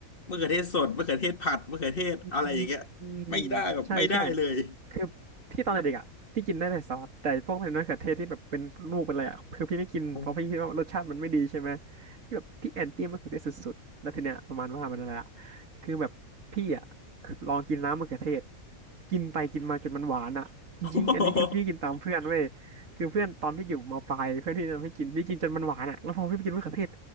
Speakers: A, on the left (about 40°); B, on the right (about 60°).
A: มะเขือเทศสดมะเขือเทศผัดมะเขือเทศอะไรอย่างเงี้ย
B: อืมอืม
A: ไม่ได้แบบไม่ได้เลย
B: ใช่ใช่คือพี่ตอนเด็กๆอ่ะพี่กินได้แต่ซอสแต่พวกเป็นมะเขือเทศที่แบบเป็นลูกเป็นอะไรอ่ะคือพี่ไม่กินเพราะพี่คิดว่ารสชาติมันไม่ดีใช่ไหม
A: โอ้
B: พี่แบบพี่แอนตี้มะเขือเทศสุดๆแล้วทีเนี้ยประมาณว่ามันอะไรอ่ะคือแบบพี่อ่ะลองกินน้ำมะเขือเทศกินไปกินมาจนมันหวานอ่ะจริงๆอันนี้คือพี่กินตามเพื่อนเว้ย
A: <laughs>
B: คือเพื่อนตอนพี่อยู่มปลายเพื่อนพี่ทำให้กินพี่กินจนมันหวานอ่ะแล้วพอพี่ไปกินมะเขือเทศ